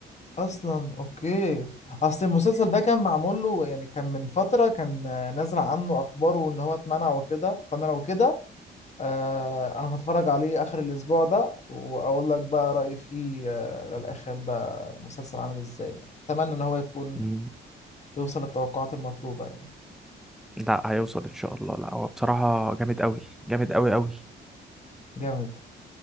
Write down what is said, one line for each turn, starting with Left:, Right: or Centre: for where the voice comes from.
Left: اصلا اوكي اصل المسلسل ده كان معمول له يعني كان من فترة كان آه، نازل عنه اخباره ان هو اتمنع وكده فانا لو كده آه انا هتفرج عليه اخر الاسبوع ده واقول لك بقى رايي فيه آه للاخر ده مسلسل عامل ازاي اتمنى ان هو يكون
Centre: مم.
Left: يوصل للتوقعات المطلوبه يعني
Centre: لا هيوصل إن شاء الله لا هو بصراحة جامد أوي جامد أوي أوي
Left: جامد